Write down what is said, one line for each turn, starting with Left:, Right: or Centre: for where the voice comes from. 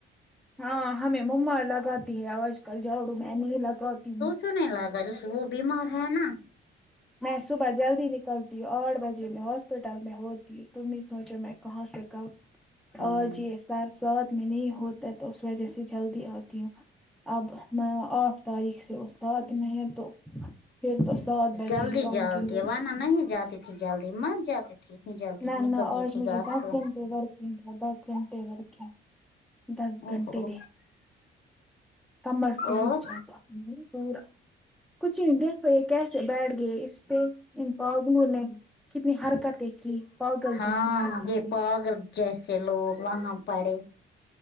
Centre: ہاں ہمیں مما لگاتی ہے آج کل جاڑو میں نہیں لگاتی ہوں
Left: تو نے لگا جسو وہ بیمار ہے نا
Centre: میں صبح جلدی نکلتی ہوں آٹھ بجے میں ہاسپٹل میں ہوتی ہ تم ہی سوچو میں کہاں سےکا
Left: ہ
Centre: آجے سر ساتھ میں نہیں ہوتا تو اس وجہ سے جلدی آتی ہوں اب نا آٹھ تاریخ سے اس سات میں تو پھر تو سات بجے
Left: جلدی
Centre: ہی آؤں
Left: جلتی
Centre: گی
Left: ہے ونہ
Centre: سے۔
Left: نہیں جاتی تھی جلدی مر جاتی تھی اتنی جلدی
Centre: نہ
Left: نکلتی
Centre: نہ آج
Left: تھی
Centre: مجھے
Left: گھر
Centre: دس
Left: سے
Centre: گھنٹے ورکنگ دس گھنٹے ورکنگ دس
Left: او
Centre: گھنٹے
Left: ہو
Centre: دے کمر ٹوٹ
Left: اور
Centre: جا تا پورا کچ د <unintelligible> کیسے بیٹھ گ گ اس پہ ان پاگلوں نے کتنی حرکتیں کی پاگل
Left: ہاں
Centre: جیسی حرکتیں
Left: یہ پاگل جیسے لوگ وہاں پڑے